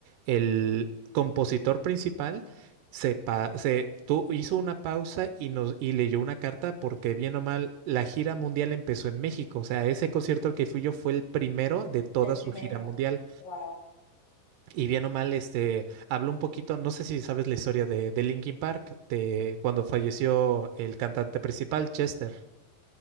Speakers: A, on the right (about 80°); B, on the left (about 75°).
A: el compositor principal, se, pa-
B: Ok.
A: se tu- hizo una pausa y nos y leyó una carta porque bien o mal la gira mundial empezó en México. O sea, ese concierto al que fui yo fue el primero de toda
B: El
A: su
B: primero,
A: gira mundial.
B: wow.
A: Y bien o mal, este, habló un poquito, no sé si sabes la historia de, de Linkin Park, de cuando falleció el cantante principal, Chester.